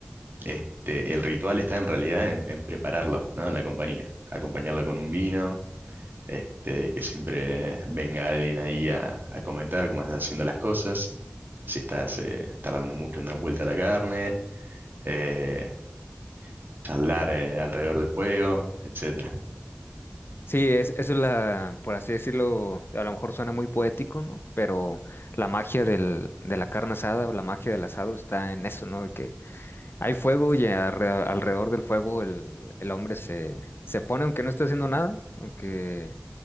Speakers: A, on the right; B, on the left.
A: Este, el ritual está en realidad en, en prepararlo, ¿no? En la compañía. Acompañarlo con un vino, este, que siempre venga alguien ahí a, a comentar cómo estás haciendo las cosas, si estás eh, tardando mucho en dar vuelta a la carne, eh, charlar eh, alrededor del fuego, etcétera.
B: Sí, es, eso es la, por así decirlo, a lo mejor suena muy poético, ¿no? Pero la magia del, de la carne asada o la magia del asado está en eso, ¿no? De que hay fuego y alre- alrededor del fuego el, el hombre se, se pone, aunque no esté haciendo nada, aunque,